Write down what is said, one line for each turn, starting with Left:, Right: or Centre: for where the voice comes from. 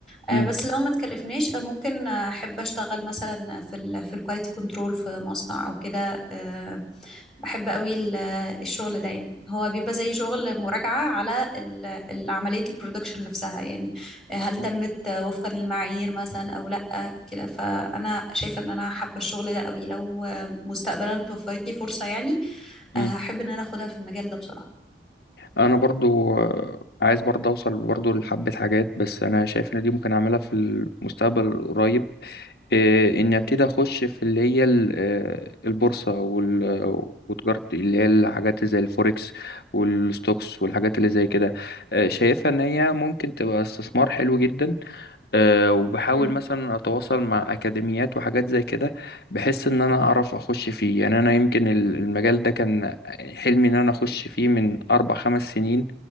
Centre: آه،
Left: امم
Centre: بس لو ما اتكلفناش آه، ممكن آه، احب اشتغل مثلا في ال في الكواليتي كنترول في مصنع او كده آه، بحب قوي ال- الشغل ده يعني هو بيبقى زي شغل مراجعة على ال- ال- عملية البرودكشن نفسها يعني هل
Left: امم
Centre: تمت وفقا للمعايير مثلا أو لأ كده فأنا شايفة إن أنا حابة الشغل ده قوي لو مستقبلا اتوفرت لي فرصة يعني
Left: امم
Centre: هحب إن أنا أخدها في المجال ده بصراحة
Left: انا برضو آه، عايز برضو اوصل برضو لحبة حاجات بس انا شايف ان دي ممكن اعملها في المستقبل القريب آه، اني
Centre: مم.
Left: ابتدي اخش في اللي هي ال- آه، البورصة وال- وتجارة اللي هي الحاجات زي الفوركس والستوكس والحاجات اللي زي كده آه، شايفها ان هي ممكن تبقى استثمار حلو جدا آه، وبحاول
Centre: مم.
Left: مثلا اتواصل مع اكاديميات وحاجات زي كده بحيث ان انا اعرف اخش فيه يعني انا يمكن ال- المجال ده كان حلمي ان انا اخش فيه من اربع خمس سنين